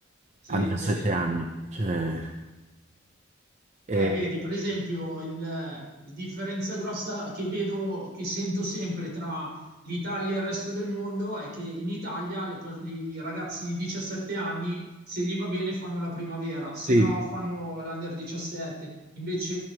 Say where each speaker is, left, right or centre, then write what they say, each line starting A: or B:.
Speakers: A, on the right; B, on the right.
A: Sì,
B: a 17
A: è vero.
B: anni. Cioè, e-
A: Eh, vedi, per esempio, il- la differenza grossa che vedo, che sento sempre tra l'Italia e il resto del mondo è che in Italia le per- i ragazzi di 17 anni, se gli va bene, fanno la primavera, se
B: sì,
A: no fanno l'under 17. Invece